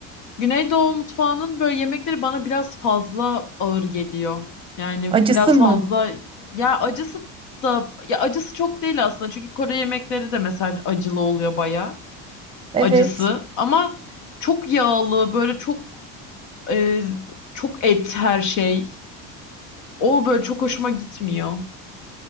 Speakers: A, on the left; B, on the right.
A: Güneydoğu mutfağının böyle yemekleri bana biraz fazla ağır geliyor. Yani
B: Acısı
A: biraz
B: mı?
A: fazla ya acısı da ya acısı çok değil aslında. Çünkü Kore yemekleri de mesela acılı oluyor bayağı.
B: Evet.
A: acısı ama çok yağlı böyle çok e, çok et her şey. O böyle çok hoşuma gitmiyor.